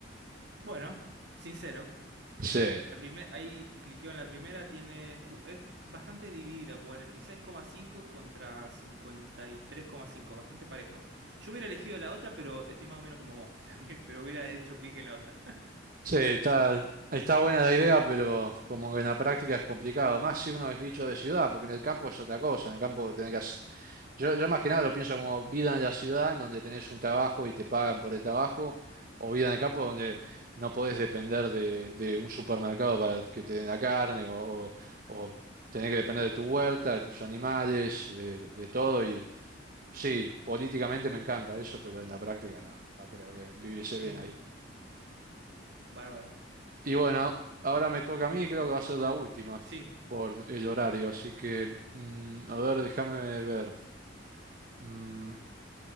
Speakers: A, on the right; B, on the right.
A: Bueno, sincero.
B: Sí.
A: La primer, ahí cliqueo en la primera, tiene, cu- es bastante dividida, cuarenta y seis coma cinco contra cincuenta y tres coma cinco bastante parejo. Yo hubiera elegido la otra, pero estoy más o menos como vos <laughs> también, pero hubiera hecho clic en la otra.
B: Sí, está, está buena la idea, pero como que en la práctica es complicado. Más si uno es bicho de ciudad, porque en el campo es otra cosa. En el campo tenés que hacer- Yo, yo más que nada lo pienso como vida en la ciudad, en donde tenés un trabajo y te pagan por el trabajo, o vida en el campo donde no podés depender de, de un supermercado para que te den la carne, o, o, o tenés que depender de tu huerta, de tus animales, de, de todo. Y sí, políticamente me encanta eso, pero en la práctica no, no creo que viviese bien
A: <laughs>
B: ahí.
A: Bárbaro.
B: Y bueno, ahora me toca a mí, creo que va a ser la última
A: Sí,
B: por el horario, así que, mm, a ver, déjame ver. Mm,